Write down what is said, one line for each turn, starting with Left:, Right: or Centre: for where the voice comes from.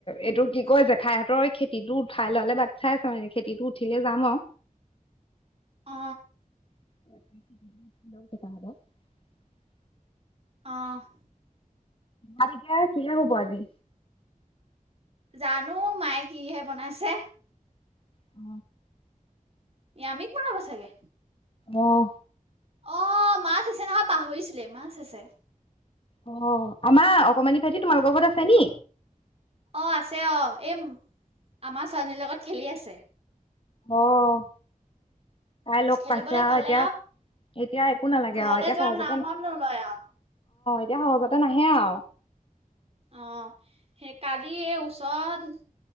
Left: এইটো কি কয় জেঠাই হঁতৰ খেতিটো উঠাই ললে বাট চাই আছো খেতিতো উঠিলে যাম আও।
Right: অ
Left: <unintelligible>
Right: অ'।
Left: আজি <unintelligible> কিহে হব আজি?
Right: জানো মায়ে কিহে বনাইছে?
Left: হ
Right: নিৰামিষ বনাব চাগে।
Left: অহ।
Right: অ মাছ আছে নহয় পাহৰিছিলোৱে। মাছ আছে।
Left: অ' আমাৰ অকমানি ভাইটি তোমালোক ঘৰত আছে নি?
Right: অ' আছে অ এই আমাৰ ছোৱালজনীৰ লগত খেলি আছে।
Left: অ'। তাই লগ
Right: খেলিবলৈ
Left: পাইছে আৰু
Right: পালে
Left: এতিয়া, এতিয়া একো নালাগে
Right: ঘৰলে
Left: আৰু এতিয়া
Right: যোৱা
Left: সহজতে
Right: নামত
Left: ন
Right: নলয় <inaudible>
Left: এতিয়া সহজতে নাহে আও।
Right: অ' সেই কালি এই ওচৰত